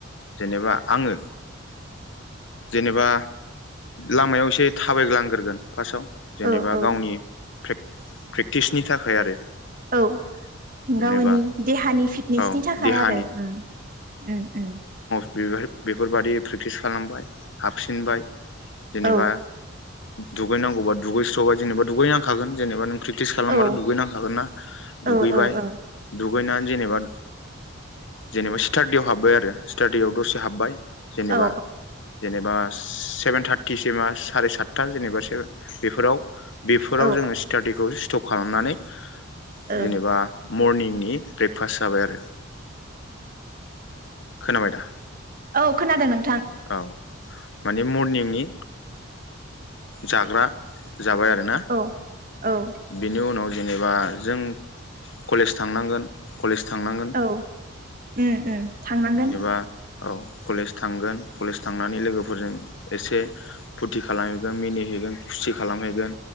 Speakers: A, on the left; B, on the right.
A: जेनेबा आङो जेनेबा लामायाव एसे थाबायग्लांग्रोगोन। फार्स्टआव
B: औ
A: जेनेबा
B: औ
A: गावनि <unintelligible> प्रेक्टिसनि थाखाय आरो।
B: औ
A: जेनेबा
B: गावनि देहानि फिटनेसनि
A: औ
B: थाखाय
A: देहानि
B: आरो उम उम उम।
A: बेफोरबायादि प्रेक्टिस खालामबाय हाबफिनबाय। जेनेबा
B: औ
A: दुगैनांगौबा दुगैस्र'बाय जेनेबा दुगैनांखागोन। जेनेबा नों प्रेकटिस खालामबाथ'
B: औ
A: दुगैनांखागोन ना दुगैबाय
B: औ औ औ
A: दुगैनानै जेनेबा जेनेबा स्टाडियाव हाबबाय आरो स्टाडियाव दसे हाब्बाय। जेनेबा
B: औ
A: जेनेबा सेभेन थार्टिसिमा साराय सातथा जेनेबा बेफोराव बेफोराव
B: औ
A: जोङो <unintelligible> स्टप खालामनानै।
B: औ
A: जेनेबा मर्निंनि ब्रेकफास्ट जाबाय आरो। खोनोबाय दा?
B: औ खोनादों नों
A: औ। माने मरनिंनि जाग्रा जाबाय आरोना।
B: औ औ
A: बेनि उनाव जेनेबा जों कलेज थांनांगोन कलेज थांनांगोन।
B: औ उम उम। थांनांगोन
A: जेनेबा औ कलेज थांगोन कलेज थांनानै लोगोफोरजों एसे फुरथि खालामहैगोन मिनिहैगोन खुसि खालामहैगोन।